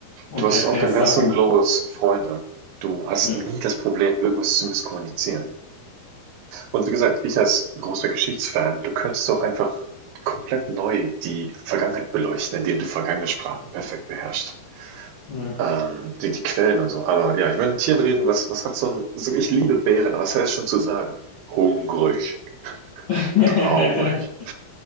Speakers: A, on the left; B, on the right.
A: und
B: Du hast
A: erfährst
B: auf dem ganzen
A: Sachen.
B: Globus Freunde. Du hast
A: Ja,
B: nie das Problem, irgendwas zu misskommunizieren. Und wie gesagt, ich als großer Geschichtsfan, du könntest doch einfach komplett neu die Vergangenheit beleuchten, indem du vergangene Sprachen perfekt beherrschst.
A: ja.
B: Ähm, die, die Quellen und so. Aber ja, ich meine, mit Tieren reden, was, was hat so ein. So, ich liebe Bären, aber was hat das schon zu sagen? Hungrig,
A: <laughs>
B: traurig.